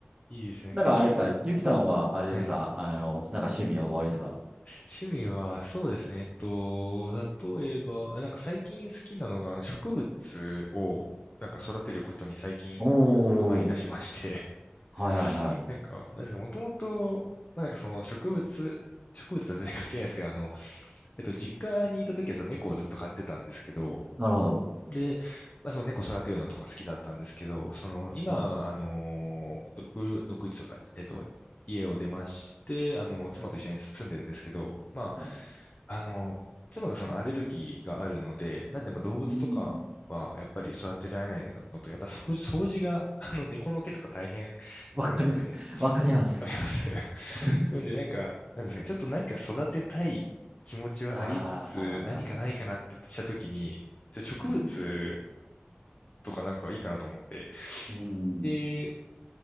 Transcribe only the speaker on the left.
いいですね。なんか健康。
はい。
趣味は、そうですね。えっと、例えば、あなんか最近好きなのが、あの植物を、なんか育てることに最近
ハマり出しまして。
<laughs> なんか、なんですか、もともと、まあ、なんかその植物、植物とは全然関係ないですけど、あの、えっと、実家にいた時はその猫をずっと飼ってたんですけど、
で、まあ、その猫育てるのとか好きだったんですけど、その今、
あの、独、独立とか、えっと、家を出まして、あの、妻と一緒に住んでるんですけど、ま
あ、あの、妻がそのアレルギーがあるので、なんでまあ動物とかはやっぱり育てられないのと、
やっぱ掃除、掃除が、<laughs> あの、猫の毛とか大変なので、
わかります <laughs>
なんでなんか、なんですかね、ちょっと何か育てたい気持ちはありつつ、
何かないかなってしたときに、じゃあ植物
とかなんかいいかなと思って。
で、